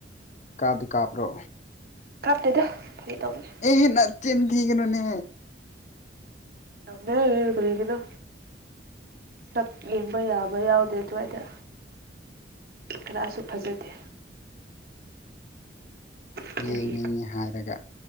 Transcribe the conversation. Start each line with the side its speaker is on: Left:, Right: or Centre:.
Left: ꯀꯥꯞꯇꯤ ꯀꯥꯞꯄꯔꯣ꯫
Right: ꯀꯥꯞꯇꯦꯗ꯫ ꯐꯥꯒꯤ ꯇꯧꯕꯅꯦ
Left: ꯑꯦꯍꯤ ꯅꯥꯠ꯫ ꯆꯤꯟ ꯊꯤꯒꯅꯨꯅꯦ꯫
Right: <unintelligible> ꯀꯔꯤꯒꯤꯔ꯫ ꯁꯛ ꯌꯦꯡꯕ ꯌꯥꯕ ꯌꯥꯎꯗꯦ꯫ ꯑꯗꯨꯋꯥꯏꯗ ꯀꯅꯥꯁꯨ ꯐꯖꯗꯦ꯫ ꯑꯗꯨꯒꯤ
Left: ꯌꯦꯡꯅꯤꯡꯉꯤ ꯍꯥꯏꯔꯒ꯫